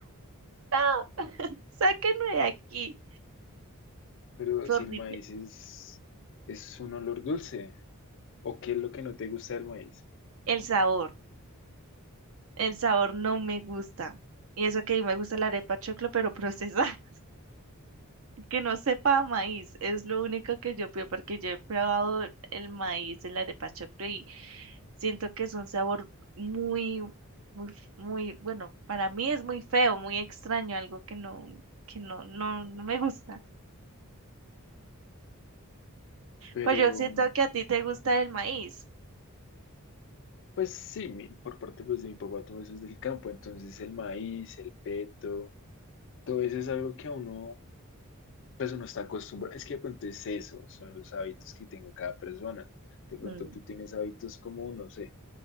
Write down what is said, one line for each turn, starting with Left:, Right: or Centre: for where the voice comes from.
Right: no, sáquenme de aquí.
Left: Pero
Right: Fue
Left: si
Right: horrible.
Left: el maíz es, es un olor dulce, ¿o qué es lo que no te gusta del maíz?
Right: El sabor, el sabor no me gusta. Y eso que a mí me gusta la arepa choclo, pero procesada. Que no sepa a maíz, es lo único que yo pido porque yo he probado el maíz, el arepa choclo y siento que es un sabor muy, muy, f- muy, bueno, para mí es muy feo, muy extraño, algo que no, que no, no, no me gusta.
Left: Pero,
Right: Pues yo siento que a ti te gusta el maíz.
Left: pues sí, mi- por parte pues, de mi papá todo eso es del campo, entonces el maíz, el peto, todo eso es algo que a uno pues uno está acostumbrado, es que de pronto es eso, son los hábitos que tenga cada persona. De pronto
Right: Mm.
Left: tú tienes hábitos como, no sé,